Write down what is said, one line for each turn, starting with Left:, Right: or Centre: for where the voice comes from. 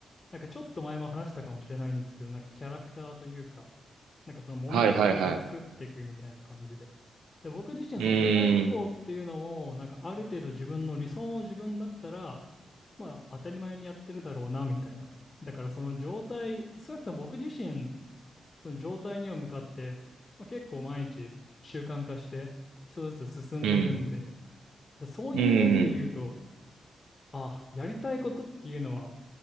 Left: なんかちょっと前も話したかもしれないんですけど、なんかキャラクターというか、なんかその物語を作っていくみたいな感じで。
Right: はいはいはい。
Left: で、僕自身その世界旅行っていうのも、
Right: うーん。
Left: なんかある程度自分の理想の自分だったら、まあ当たり前にやってるだろうなみたいな。だからその状態、少なくとも僕自身、その状態には向かって、まあ、結構毎日習慣化して一つずつ進んでるんで、
Right: うん。
Left: だそういう面で言うと、
Right: うん。
Left: あ、やりたいことっていうのは、